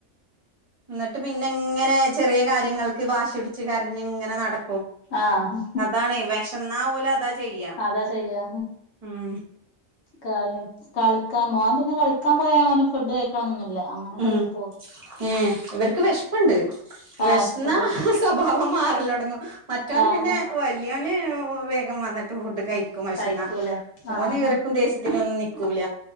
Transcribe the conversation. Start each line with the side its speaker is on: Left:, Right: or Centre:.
Right: ഇന്നെട്ട് പിന്നെങ്ങനെ ചെറിയ കാര്യങ്ങൾക്ക് വാശി പിടിച്ച് കരഞ്ങ്ങനെ നട ക്കും
Left: ആഹ്
Right: അതാണെ വെശന്നാ ഓല് അതാ ചെയ്യാ
Left: അതാ ചെയ്യാ
Right: ഉം
Left: കളി കളിക്കാൻ മോം പിന്നെ കളിക്കാൻ പോയ ഓന് ഫുഡ് കഴിക്കണന്നൊന്നുല്ല അങ്ങനണ്ട്
Right: ഉം
Left: പോവും
Right: ഏഹേ ഇവർക്ക് വെശപ്പ്ണ്ട് വെഷന്ന
Left: ആഹ് വിശപ്പുണ്ടല്ലേ
Right: സ്വഭാവം മാറലൊട്ങ്ങും മറ്റോന്
Left: ആഹ്
Right: പിന്നെ വ ല്ലിയോന് വേഗം വന്നിട്ട് ഫുഡ് കഴിക്കും വിശന്ന
Left: കഴിക്കൂലേ
Right: ഓന്
Left: ആഹ്
Right: ഈറക്കും ദേശത്തിനൊന്നും നിക്കൂല